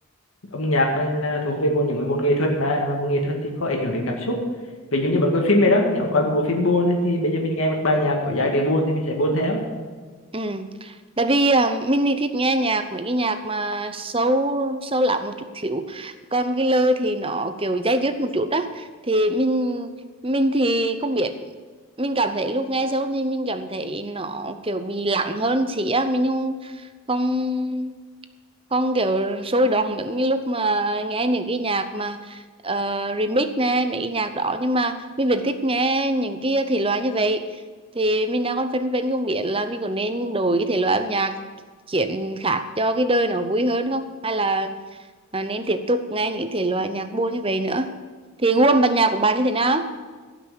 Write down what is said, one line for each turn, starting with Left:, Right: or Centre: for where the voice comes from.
Left: âm nhạc là, là thuộc về một những môn nghệ thuật mà mà môn nghệ thuật thì có ảnh hưởng đến cảm xúc ví dụ như bạn coi phim vậy đó bạn coi một bộ phim buồn ấy, thì bây giờ mình nghe một bài nhạc có giai điệu buồn thì mình sẽ buồn theo
Right: Ừ. Tại vì à, mình thì thích nghe nhạc mấy cái nhạc mà sâu sâu lắng một chút xíu còn cái lời thì nó kiểu dai dứt một chút á thì mình mình thì không biết mình cảm thấy lúc nghe sâu thì mình cảm thấy nó kiểu bị lặng hơn xí á mình không không không kiểu sôi động giống như lúc mà nghe những cái nhạc mà ờ, remix nè mấy cái nhạc đó nhưng mà mình vẫn thích nghe những cái thể loại như vậy thì mình đang còn phân vân không biết là mình có nên đổi cái thể loại âm nhạc chuyển khác cho cái đời nó vui hơn không hay là à, nên tiếp tục nghe những thể loại nhạc buồn như vậy nữa thì gu âm ban nhạc của bạn như thế nào